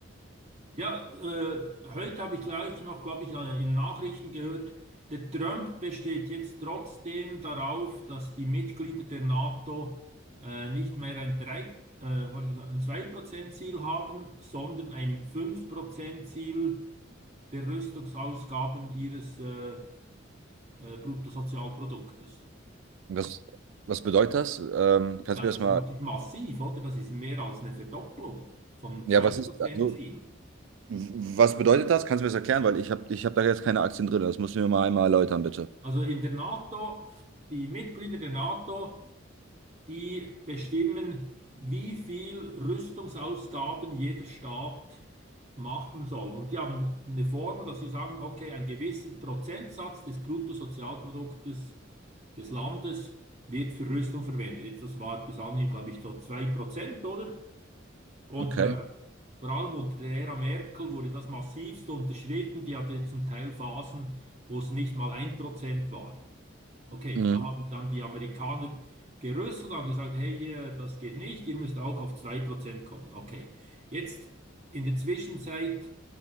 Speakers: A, on the right; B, on the right.
A: Ja, äh, heute habe ich gleich noch, glaube ich, äh, in Nachrichten gehört, der Trump besteht jetzt trotzdem darauf, dass die Mitglieder der NATO äh, nicht mehr ein 3, äh, warte, ein 2%-Ziel haben, sondern ein fünf Prozent ziel der Rüstungsausgaben ihres äh, äh, Bruttosozialproduktes.
B: Was, was bedeutet das? Ähm, kannst
A: Ja,
B: du
A: das
B: mir das mal,
A: ist natürlich massiv, oder? Das ist mehr als eine Verdopplung vom
B: ja,
A: zwei
B: was
A: Prozent
B: ist, also,
A: ziel
B: was bedeutet das? Kannst du mir das erklären? Weil ich habe ich hab da jetzt keine Aktien drin. Das musst du mir mal einmal erläutern, bitte.
A: Also in der NATO, die Mitglieder der NATO die bestimmen, wie viel Rüstungsausgaben jeder Staat machen soll. Und die haben eine Formel, dass sie sagen, okay, ein gewisser Prozentsatz des Bruttosozialproduktes des Landes wird für Rüstung verwendet. Jetzt, das war bis anhin, glaube ich, so 2%, oder? Und
B: Okay.
A: äh, vor allem unter der Ära Merkel wurde das massivst unterschritten. Die hatte zum Teil Phasen, wo es nicht mal ein Prozent war. Okay,
B: Mhm.
A: da haben dann die Amerikaner gerüsselt und haben gesagt, hey, ihr, das geht nicht, ihr müsst auch auf 2% kommen. Okay, jetzt in der Zwischenzeit,